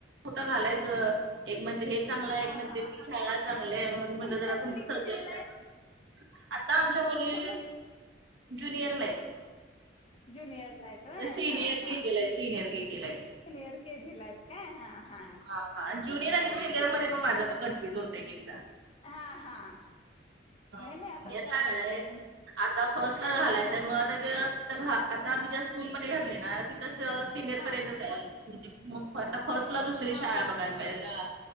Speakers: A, on the right (about 75°); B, on the left (about 30°).
A: कुठ घालायचं. एक म्हण हे चांगलं आहे
B: हां
A: एक म्हणते
B: हां
A: ती शाळा चांगली आहे म्हणून म्हणलं
B: तुमच्या
A: जरा
B: मुली
A: तुमचं सजेशन.
B: कितवीला आहेत
A: आता
B: हां
A: आमच्या
B: हां
A: मुली
B: तुमच्या
A: ज्युनियरला आहेत.
B: जुनियरला आहेत होय
A: सिनियर
B: हा हा.
A: केजीला आहेत सिनियर केजीला आहेत.
B: सिनिअर के जी ला आहेत काय हा हा.
A: हा हा जुनियर आणि सिनियर मध्ये पण माझा आता कन्फ्युज होतय कि.
B: हा हा नाही
A: सिनियरला
B: नाही आताच झालं
A: आहे.
B: क.
A: आता फर्स्टला जर घालायचंय मग त आ आता आम्ही ज्या स्कूलमध्ये घातले ना तिथ. सिनियर
B: हां
A: पर्यंत जा म्हणजे मग आता फर्स्ट ला दुसरी
B: हां
A: शाळा बघायला पाहिजे ना.